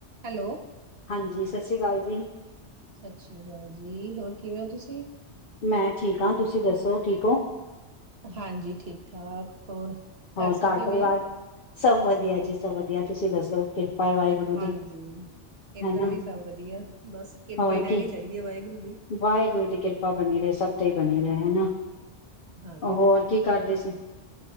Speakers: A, on the right (about 60°); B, on the left (about 50°).
A: Hello.
B: ਹਾਂਜੀ। ਸਤਿ ਸ਼੍ਰੀ ਅਕਾਲ ਜੀ।
A: ਸਤਿ ਸ੍ਰੀ ਅਕਾਲ ਜੀ, ਹੋਰ ਕਿਵੇਂ ਹੋ ਤੁਸੀਂ?
B: ਮੈਂ ਠੀਕ ਹਾਂ, ਤੁਸੀਂ ਦੱਸੋ ਠੀਕ ਹੋ?
A: ਹਾਂਜੀ ਠੀਕ ਠਾਕ। ਹੋਰ
B: ਹੋਰ
A: ਘਰ ਸਭ
B: ਕਰ
A: ਕਿਵੇਂ
B: ਪਰਿਵਾਰ,
A: ਹੈ?
B: ਸਭ ਵਧੀਆ ਜੀ ਸਭ ਵਧੀਆ। ਤੁਸੀਂ ਦੱਸੋ? ਕਿਰਪਾ ਹੈ ਵਾਹਿਗੁਰੂ
A: ਹਾਂਜੀ
B: ਦੀ
A: ਇਧਰ
B: ਹਨਾ
A: ਵੀ ਸਭ ਵਧੀਆ ਬਸ ਕਿਰਪਾ
B: ਹੋਰ
A: ਹੀ ਰਹਿਣੀ
B: ਕੀ
A: ਚਾਹੀਦੀ ਹੈ ਵਾਹਿਗੁਰੂ ਦੀ।
B: ਵਾਹਿਗੁਰੂ ਦੀ ਕਿਰਪਾ ਬਣੀ ਰਹੇ ਸਭ ਹੀ ਬਣੀ ਰਹੇ ਨਾ।
A: ਹਾਂਜੀ।
B: ਉਹ ਹੋਰ ਕੀ ਕਰਦੇ ਸੀ